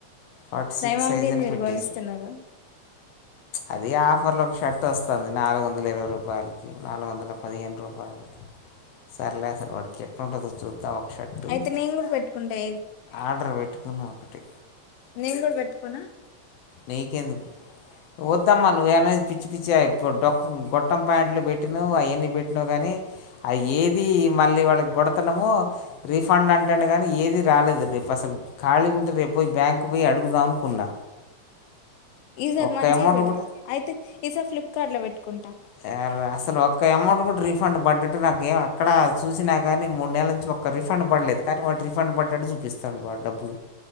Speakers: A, on the left; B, on the left.
A: ఫార్టీ సిక్స్
B: రైమామ
A: సైజ్
B: కి
A: అని
B: మీరు
A: పెట్టేసిన
B: గోనిస్తున్నారా
A: అది ఆఫర్ లో ఒక షర్ట్ వస్తది నాలుగు వందలు అందుల ఇవై రూపాయకి నాలుగు వందల పదిహేను రూపాయ సర్లేసలు ఒటికెట్ అంటంది చూద్దా ఒక షర్ట్
B: అయితే నేను కూడా పెట్టుకుంటా
A: ఆర్డర్ పెట్టుకున్నా ఒకటి
B: నెంగుడా పెట్కొన
A: నీక ఎందుకు వద్దామ్మా నువ్్వేనేది పిచ్చి పిచ్చిడొ గొట్టం పాయింట్లో పెట్టినా్ అవన్నీ పెట్టినావు కానీ అవి ఏది ఇది మళ్ళీ వాళ్ళకి కొడతున్నామో రీఫండ్ అంటాం కానీ ఏదిీ రాలేదు రేపు అసలు ఖాళీగా ఉంటే రేపు పోయి బ్యాంకు పోయి అడుగుదాం అనుకున్నా
B: ఈసారి
A: ఒక్క
B: మంచి
A: అమౌంట్
B: పెడతా
A: కూడా
B: అయితే ఈసా ఫ్లిప్కార్ట్ లో పెట్టుకుంటా
A: సర అసలు ఒక్క అమౌంట్ కూడా రీఫండ్ పడ్డట్టు నాకు ఏం ఎక్కడ ఆ సూసినాక్ కానీ మూడు నెల నుంచి ఒక్క రిఫండ్ పడలేదు కానీ వాటి రిఫండ్ పడ్డాడు చూపిస్తాం వా డబ్బు